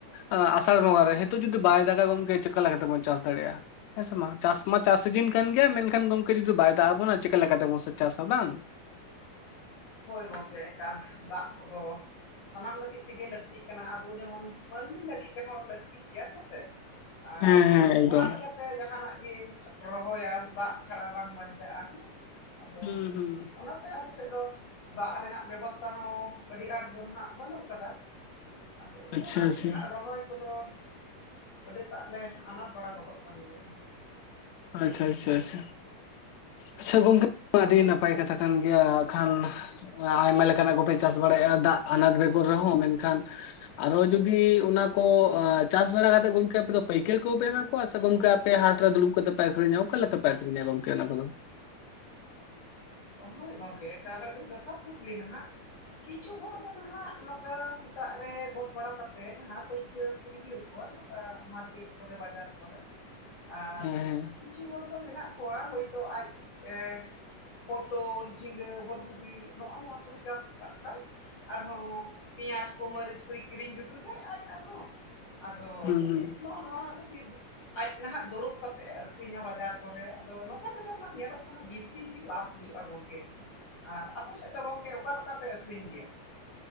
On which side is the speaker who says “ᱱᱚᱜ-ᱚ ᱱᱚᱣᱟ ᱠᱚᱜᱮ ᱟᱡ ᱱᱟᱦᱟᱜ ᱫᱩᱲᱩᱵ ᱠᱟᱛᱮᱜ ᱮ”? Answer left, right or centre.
Left